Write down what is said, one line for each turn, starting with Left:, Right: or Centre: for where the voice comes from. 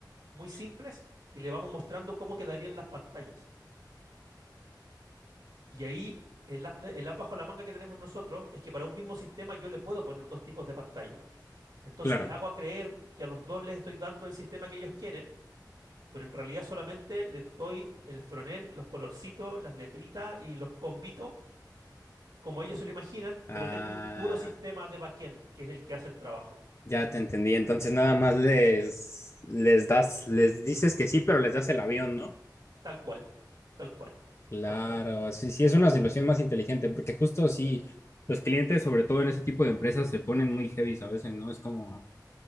Right: muy simples y le vamos mostrando cómo quedarían las pantallas. Y ahí el as, de- el as bajo la manga que tenemos nosotros es que para un mismo sistema yo le puedo poner dos tipos de pantalla. Entonces
Left: claro.
Right: les hago a creer que a los dos les estoy dando el sistema que ellos quieren pero en realidad solamente les doy el frontend, los colorcitos, las letritas y los combitos, como ellos se lo imaginan,
Left: Ah,
Right: pero tengo un puro sistema de backend, que es el que hace el trabajo.
Left: ya te entendí. Entonces nada más les, les das, les dices que sí, pero les das el avión, ¿no?
Right: Tal cual, tal cual,
Left: Claro,
Right: tal cual.
Left: sí, sí, es una solución más inteligente, porque justo sí, los clientes, sobre todo en ese tipo de empresas, se ponen muy heavy a veces, ¿no? Es como...